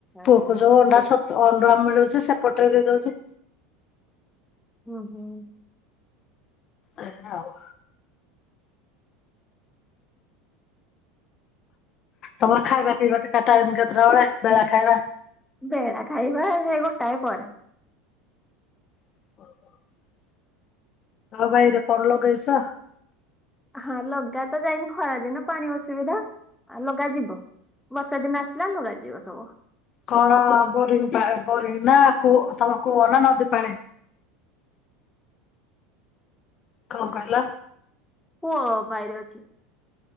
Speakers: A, in the centre; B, on the left (about 35°).
A: ଆଚ୍ଛା।
B: ପୁଅକୁ ଯୋଉ ଅଣ୍ଡା ଛତ୍ ଅଣ୍ଡା ମିଳୁଛି, ସେପଟରେ ଦେଇଦଉଛି।
A: ହୁଁ-ହୁଁ।
B: ଏହା ଉ ତମର ଖାଇବା ପିଇବା ଟାଇମ୍ କେତେଟାବେଳେ ବେଳା ଖାଇବା?
A: ବେଳା ଖାଇବା ସେ ଗୋଟାଏ ପରେ।
B: <unintelligible> ଆଉ ବାଇରେ କଣ ଲଗେଇଛ?
A: ହଁ, ଲଗାତ ଯାଇନି, ଖରାଦିନ ପାଣି ଅସୁବିଧା ଆ ଲଗାଯିବ। ବର୍ଷା ଦିନ ଆସିଲା ଲଗାଯିବ ସବୁ
B: କଣ ବୋରିଙ୍ଗ ପା ବୋରିଙ୍ଗନା କୂଅ ତମ କୂଅନା ନଦୀପାଣି କଣ କହିଲ?
A: କୂଅ ବାଇରେ ଅଛି